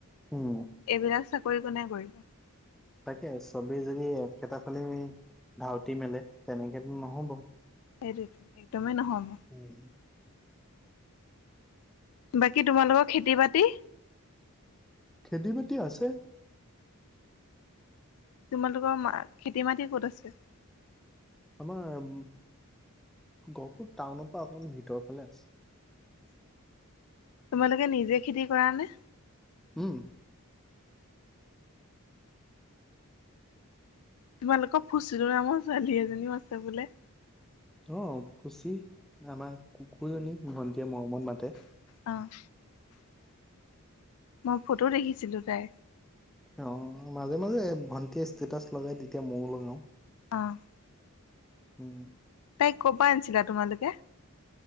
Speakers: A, in the centre; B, on the left (about 75°).
A: উম
B: এইবিলাক চাকৰি কোনে কৰিব?
A: তাকে, চবেই যদি একেটা ফালেই ধাউতি মেলে তেনেকেতো নহ'ব।
B: সেইটোৱেতো, একদমেই নহ'ব।
A: উম
B: বাকী তোমালোকৰ খেতি বাতি?
A: খেতি বাতি আছে।
B: তোমালোকৰ মা-খেতি মাটি ক'ত আছে?
A: আমাৰ উম, গহপুৰ টাউনৰ পৰা অকমান ভিতৰৰ ফালে আছে।
B: তোমালোকে নিজে খেতি কৰানে?
A: উম।
B: তোমালোকৰ ফুচো নামৰ ছোৱালী এজনীও আছে বোলে?
A: অ', ফুচি আমাৰ কুকুৰজনী, ভন্টীয়ে মৰমত মাতে।
B: অ'। মই ফটো দেখিছিলোঁ তাই।
A: অ', মাজে, মাজে ভন্টিয়ে ষ্টেটাচ লগাই, তেতিয়া ময়ো লগাওঁ।
B: অ'।
A: উম।
B: তাইক ক'ৰ পৰা আনিছিলা তোমালোকে?